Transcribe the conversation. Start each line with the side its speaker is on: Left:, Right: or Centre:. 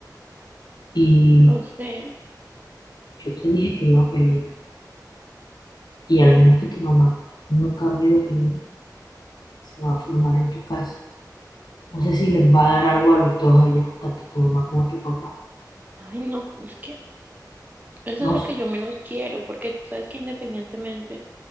Left: Y
Right: Lo sé.
Left: yo te dije que iba a pelear Y al menos que tu mamá no cambie de opinión, se va a formar en tu casa. No sé si les va a dar algo a los dos allá, tanto tu mamá como tu papá.
Right: Ay, no, es que eso es
Left: No
Right: lo
Left: sé.
Right: que yo menos quiero, porque tú sabes que independientemente